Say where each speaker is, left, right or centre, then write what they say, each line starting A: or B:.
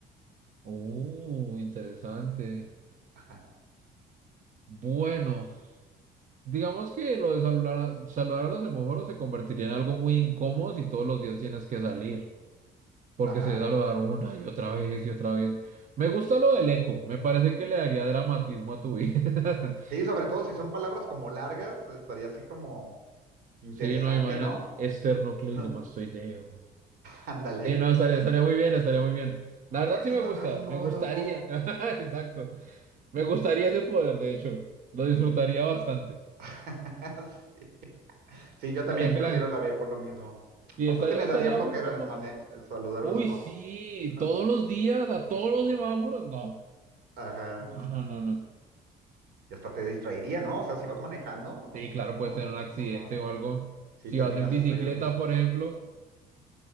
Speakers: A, on the right; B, on the right.
A: Uh, interesante.
B: <laughs>
A: Bueno, digamos que lo de saludar, a- saludar a los semáforos se convertiría en algo muy incómodo si todos los días tienes que salir. Porque
B: Ajá.
A: si es saludar una y otra vez y otra vez. Me gusta lo del eco. Me parece que le daría dramatismo a tu vida. <laughs>
B: Sí, sobre todo si son palabras como largas, estaría así como... Interesante,
A: Sí, no, imagínate.
B: ¿no?
A: esternocleidomastoideo.
B: <laughs> Ándale.
A: Sí, no, estaría, estaría muy bien, estaría muy bien. La
B: Otorrinolaringólogo.
A: verdad sí me gusta, me gustaría, <laughs> exacto, me gustaría ese poder, de hecho, lo disfrutaría bastante.
B: <laughs> Sí, yo también
A: Haría que
B: prefiero
A: la...
B: la B por lo mismo.
A: Sí,
B: Aparte
A: estaría,
B: me daría
A: estaría
B: flojera
A: muy como...
B: mane- saludar
A: Uy,
B: a los semáforos.
A: sí,
B: <laughs>
A: todos los días, a todos los semáforos, no,
B: Ajá.
A: no, no, no, no.
B: Y hasta te distraería, ¿no? O sea, si vas manejando,
A: Sí,
B: así
A: claro,
B: como...
A: puedes tener un accidente
B: no, ajá.
A: o algo.
B: Sí,
A: Si
B: terminas
A: vas en bicicleta,
B: estrellando.
A: por ejemplo,